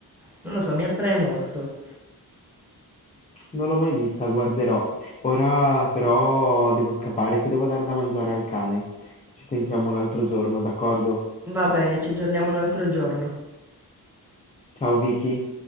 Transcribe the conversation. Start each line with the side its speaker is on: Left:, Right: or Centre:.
Centre: non lo so, mi attrae molto.
Left: Non l'ho mai vista, guarderò. Ora però devo scappare che devo dare da mangiare al cane. Ci sentiamo un altro giorno, d'accordo?
Centre: Va bene, ci aggiorniamo un altro giorno.
Left: Ciao Vicky.